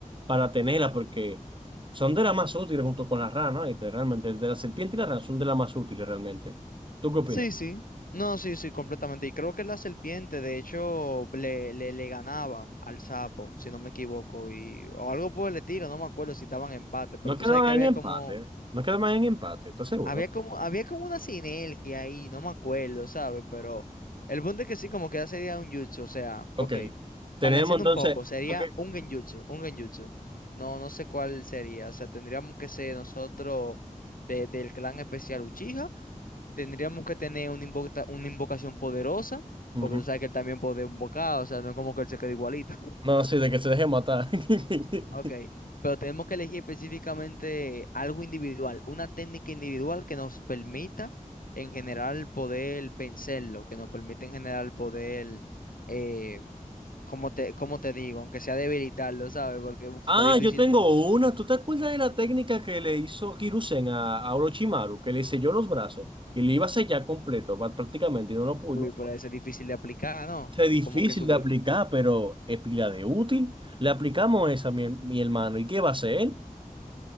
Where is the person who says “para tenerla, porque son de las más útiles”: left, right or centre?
Right